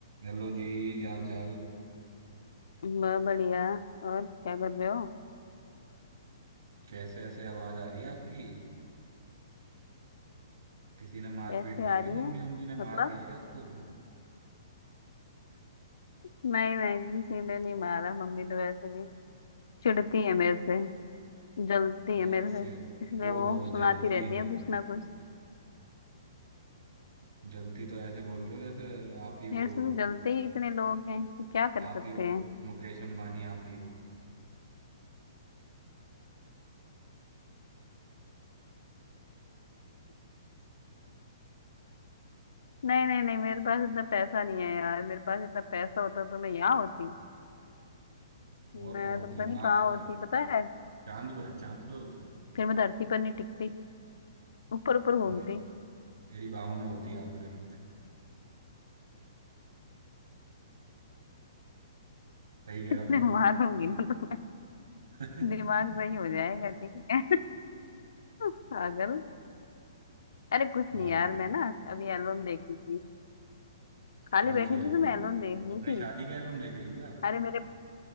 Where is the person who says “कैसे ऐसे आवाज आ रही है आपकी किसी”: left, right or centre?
Right